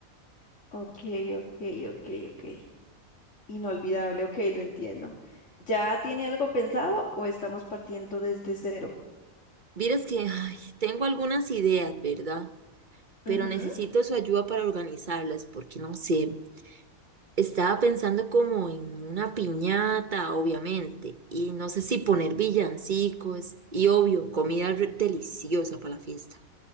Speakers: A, on the left; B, on the right.
A: Ok, ok, ok, ok. Inolvidable, ok, lo entiendo. ¿Ya tiene algo pensado o estamos partiendo desde cero?
B: Vieras que, ay, tengo algunas ideas, ¿verdad? pero
A: Ujú.
B: necesito su ayuda para organizarlas, porque no sé, estaba pensando como en una piñata, obviamente, y no sé si poner villancicos y obvio, comida re- deliciosa para la fiesta.